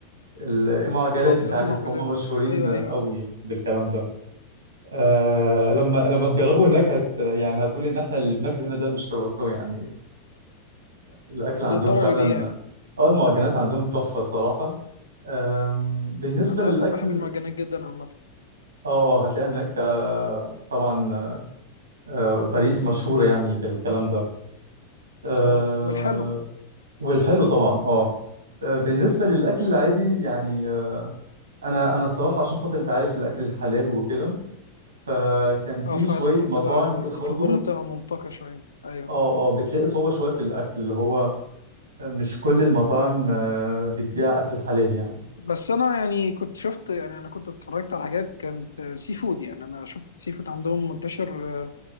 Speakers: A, on the right (about 70°); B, on the left (about 75°).
A: ال- المعجنات
B: اه بالذات
A: انت عارف
B: المخبوزات
A: هم مشهورين
B: ايوه
A: قوي
B: ايوه
A: بالكلام ده آه لما لما تجربوا هناك هت يعني هتقول ان احنا اللي بناكله هنا ده مش كرواسون يعني الاكل
B: للدرجه
A: عندهم فعلا
B: دي يعني
A: اه المعجنات عندهم تحفه الصراحه آم، بالنسبه
B: انا
A: للاكل
B: اصلا بحب المعجنات جدا عامه
A: اه اه هتلاقي هناك آه طبعا آه باريس مشهوره يعني بالكلام ده آه
B: اه والحلو
A: والحلو طبعا اه آه، بالنسبه للاكل العادي يعني آه، انا انا الصراحه عشان خاطر انت عارف الاكل الحلال وكده فكان في
B: اه فعلا
A: شويه
B: انت بتبقى
A: مطاعم
B: لما
A: كده
B: بتسافر
A: برضو
B: بره بتبقى منطقه شويه ايوه
A: اه اه بتلاقي صعوبة شوية في الأكل اللي هو مش كل المطاعم آه، بتبيع أكل حلال يعني
B: بس انا يعني كنت شفت يعني انا كنت اتفرجت على حاجات كانت آه، سي فود يعني انا شفت السي فود عندهم منتشر آه،